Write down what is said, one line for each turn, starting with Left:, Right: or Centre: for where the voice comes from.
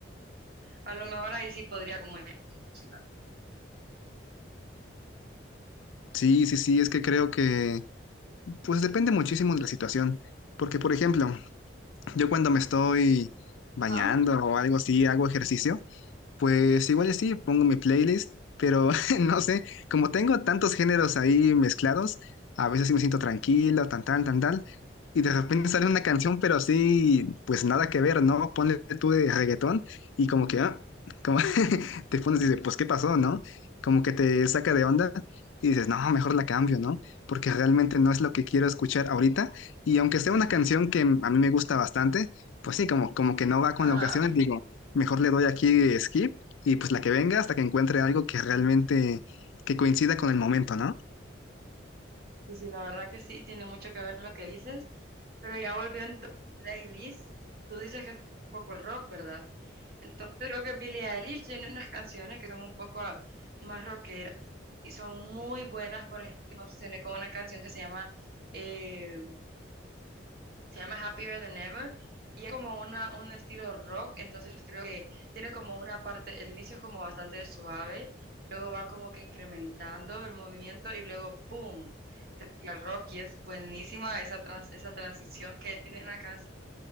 Right: A lo mejor ahí sí podría como ir, pues, música.
Left: Sí, sí, sí, es que creo que pues depende muchísimo de la situación, porque por ejemplo, yo cuando me estoy bañando
Right: Ajá,
Left: o algo así, hago ejercicio, Pues igual y sí, pongo mi playlist, pero <laughs> no sé, como tengo tantos géneros ahí mezclados, a veces sí me siento tranquilo, tan tan, tan tal, y de repente sale una canción, pero sí pues nada que ver, ¿no? Ponle tú de reggaetón y como que, ah, <laughs> te pones y dices, pues, ¿qué pasó, no? Como que te saca de onda y dices, no, mejor la cambio, ¿no? Porque realmente no es lo que quiero escuchar ahorita. Y aunque sea una canción que a mí me gusta bastante, pues sí, como, como que no va con
Right: ajá.
Left: la ocasión, digo, mejor le doy aquí skip y pues la que venga hasta que encuentre algo que realmente, que coincida con el momento, ¿no?
Right: Sí, sí, la verdad que sí, tiene mucho que ver lo que dices. Pero ya volviendo a playlist, tú dices que te gusta un poco el rock, ¿verdad? Entonces creo que Billie Eilish tiene unas canciones que son un poco ah, más rockeras y son muy buenas. Por ejemplo, me obsesioné con una canción que se llama, eh, se llama Happier Than Ever y es como una, un estilo rock. Entonces creo que tiene como una parte, el inicio es como bastante suave, luego va como que incrementando el movimiento y luego ¡boom! Te tira el rock y es buenísima esa, trans- esa transición que tiene la canción.